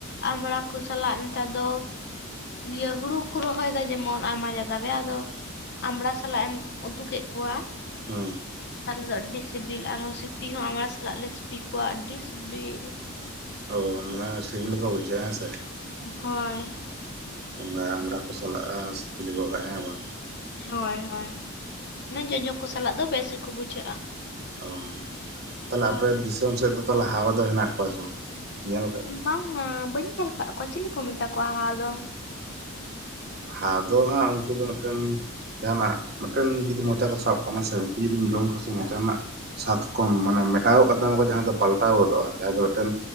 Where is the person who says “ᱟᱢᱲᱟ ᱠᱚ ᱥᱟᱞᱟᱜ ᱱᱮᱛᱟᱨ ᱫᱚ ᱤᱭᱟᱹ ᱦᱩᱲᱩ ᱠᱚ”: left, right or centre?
Left